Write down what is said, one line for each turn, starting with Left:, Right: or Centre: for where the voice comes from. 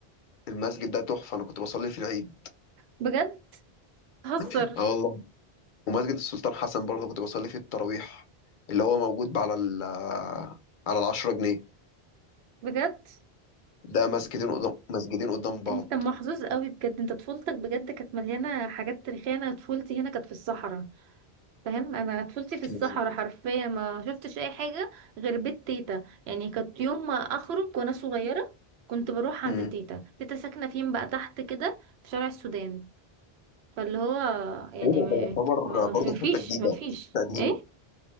Left: المسجد ده تحفه انا كنت بصلي في العيد
Right: بجد هزر
Left: <laughs> اه والله ومسجد السلطان حسن برضه كنت بصلي فيه التراويح اللي هو موجود على ال على العشرة جنيه
Right: بجد
Left: ده مسجدين قدام مسجدين قدام بعض
Right: انت محظوظ قوي بجد انت طفولتك بجد كانت مليانه حاجات تاريخيه انا طفولتي هنا كانت في الصحراء فاهم انا طفولتي
Left: في
Right: في
Left: كيلو
Right: الصحراء حرفيا ما شفتش اي حاجه غير بيت تيتا يعني كانت يوم ما اخرج وانا صغيره كنت بروح عند
Left: امم
Right: تيتا تيتا ساكنه فين بقى تحت كده في شارع السودان فاللي هو يعني
Left: ايه ده
Right: ما
Left: ده يعتبر
Right: ما- ما
Left: برضه
Right: في- فيش
Left: في حته جديده
Right: ما فيش
Left: تقديمه
Right: ايه